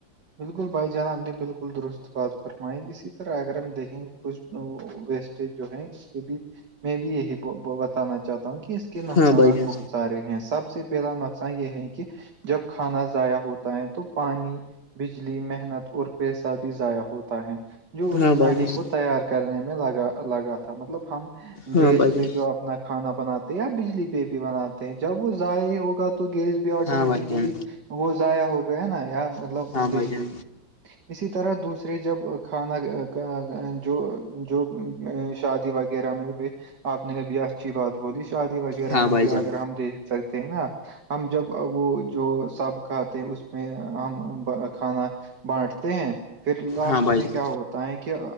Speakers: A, on the right (about 60°); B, on the left (about 30°).
A: بالکل بھائی جان ہم نے بالکل درست بات فرمائی اسی طرح اگر ہم دھیں گے کچھ ویسٹج جو ہے یہ بھی میں بھی یہی بتانا چاہتا ہوں کہ نقصانات
B: ہاں بھائی جان
A: بہت زیادہ سارے ہیں سب سے پہلا نقصان یہ ہے کہ جب کھانا ضائع ہوتا ہے تو پانی بجلی محنت اور پیسہ بھی ضائع ہوتا ہے جو اس
B: ہاں
A: کھانے
B: بھائی جان
A: کو تیار کرنے میں لگا لگا تھا مطلب ہم
B: ہاں
A: گیس
B: بھائی جان
A: پہ جو آپ اپنا کھانا بناتے ہیں یا بجلی پہ بھی بناتے ہیں جب وہ ضائع ہوگا تو گیس آٹومیٹیکلی
B: ہاں بھائی جان
A: وہ ضائع ہو گیا نا مطلب
B: ہاں
A: بجلی
B: بھائی جان
A: اسی طرح دوسرے جب کھانا جو جو شادی وغیرہ وغیرہ میں بھی آپ نے کبھی اچھی بات بولی شادی وغیرہ
B: ہاں
A: میں
B: بھائی
A: بھی
B: جان
A: اگر ہم دیکھ سکتے ہے نا ہم جب وہ جو سب کھاتے ہیں اس میں ہم کھانا بانٹتے ہیں پھر لاسٹ
B: ہاں بھائی
A: میں
B: جان
A: کیا ہوتا تا ہے کہ